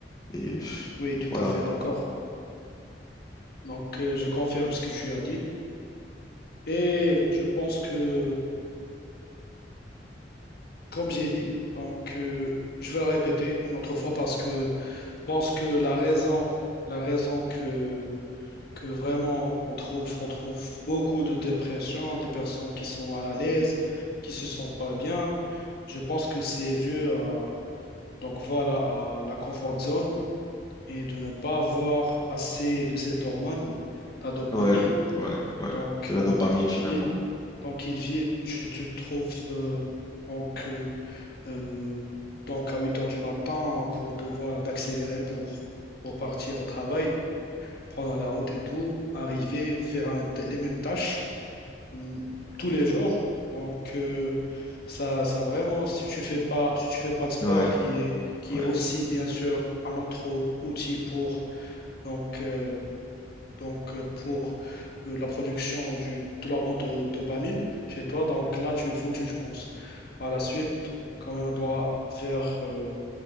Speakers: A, on the left; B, on the left.
A: Et euh,
B: Oui, tout
A: voilà.
B: à fait d'accord. Donc, euh, je confirme ce que tu as dit. Et euh, je pense que, comme j'ai dit, donc, euh, je vais le répéter une autre fois parce que je pense que la raison, la raison que, que vraiment on trouve, on trouve beaucoup de dépression, des personnes qui sont mal à l'aise, qui se sentent pas bien, je pense que c'est dû à, donc voilà, à la comfort zone. et de ne pas avoir assez de cette hormone, la dopamine.
A: Ouais, ouais, ouais.
B: Donc,
A: C'est la
B: euh,
A: dopamine, finalement.
B: il, donc il vit, tu, tu te trouves euh, donc, euh, euh, donc à 8 heures du matin en cours de voie d'accélérer pour, pour partir au travail, prendre la route et tout, arriver, faire la même ta- les mêmes tâches mm, tous les jours. Donc, euh, ça, ça vraiment, si tu fais pas, si tu fais pas de sport,
A: Ouais,
B: qui est, qui
A: ouais.
B: est aussi bien sûr un autre outil pour donc, euh, donc euh, pour euh, la production du, de l'hormone de, dopamine chez toi. Donc là, tu es foutu, je pense. À la suite, quand même, on doit faire euh,